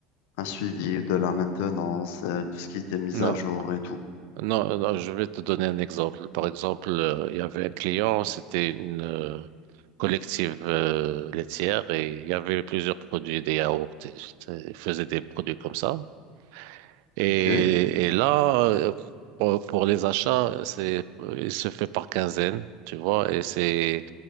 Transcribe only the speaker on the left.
un suivi de la maintenance, euh, tout ce qui était mis
à jour et tout.
Ok?